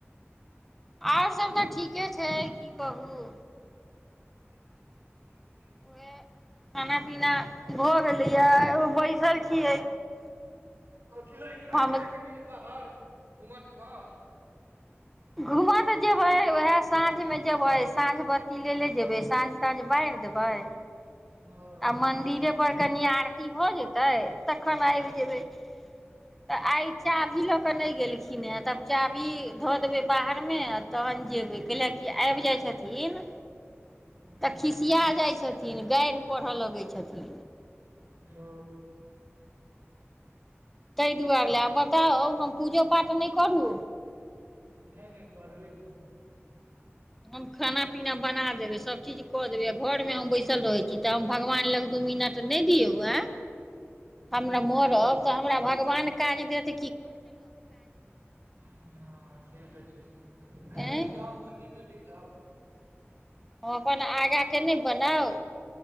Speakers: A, in the centre; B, on the right (about 55°).
A: आओर सब तऽ ठीके छै छै की कहू
B: <unintelligible>
A: ऐं खाना पीना भऽ गेलैया ओ बैसल छियै
B: कथिला आइ
A: हम
B: जायके नहि या बाहर घूमऽ तूमऽ
A: घूमऽ तऽ जेबै उहाए साँझमे जेबै साँझ ब्ती ले ले जेबै साँझ तांझ बारि देबै आ
B: हँ
A: मंदिरे ऊपर कनि आरती भऽ जेतै तखन
B: हँ
A: आबि जेबै तऽ आइ चाभी
B: ओ
A: लऽ क नहि गेलखिन किने तब चाभी धऽ देबै बाहरमे आ तहन जेबै कैल की आबि जाइ छथिन
B: हुं
A: तऽ खिसिया जाइ छथि- -थिन गारिह पढ़ऽ लगै छथिन
B: ओ
A: ताहि दुआरे ला आब बताउ हम पूजो पाठ नहि करू
B: नहि नहि करबै किया न
A: हम खाना पीना बना देबै सभचीज कऽ देबै आ घरमे हम बैसल रहै छी तऽ हम भगवान लंग दू मिनट नहि दियौ आएँ
B: नहि
A: हमरा
B: नहि
A: मरब
B: जेबै केना
A: तऽ हमरा भगवान काज देथ-
B: हँ से तऽ छै नहि
A: आँय
B: नहि
A: हम
B: जाउ मंदिर तंदिर जाउ
A: हम अपन आगाँके नहि बनाउ